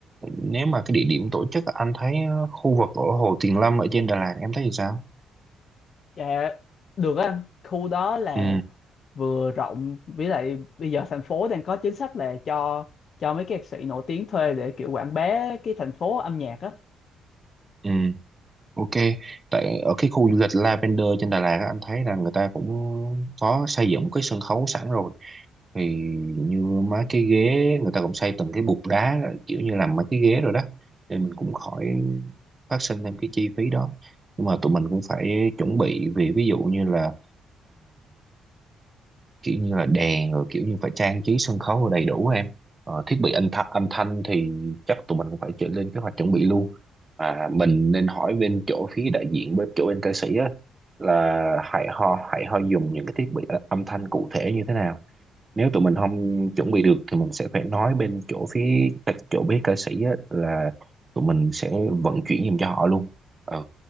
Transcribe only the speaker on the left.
dạ được á anh khu đó là
vừa rộng với lại bây giờ thành phố đang có chính sách là cho cho mấy cái ca sĩ nổi tiếng thuê để kiểu quảng bá cái thành phố âm nhạc á